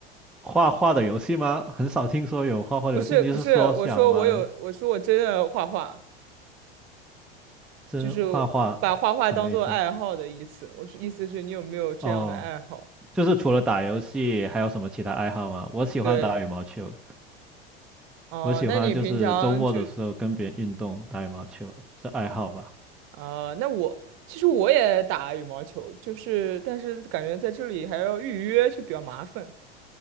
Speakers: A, in the centre; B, on the right (about 45°).
A: 画画的游戏吗？很少听说有画画游戏。
B: 不是不是，
A: 你是说想玩
B: 我说我有，我说我真的画画，
A: 真画画？
B: 就是把画画当做爱好的意思。
A: 什么意思？
B: 我是意思是你有没有这样的爱好？
A: 哦，就是除了打游戏，还有什么其他爱好吗？我喜欢打羽毛球，
B: 对，哦，
A: 我喜欢就是周末的时候跟别人运动，
B: 那你平常就
A: 打羽毛球，这爱好吧。
B: 啊、那我其实我也打羽毛球，就是但是感觉在这里还要预约，就比较麻烦。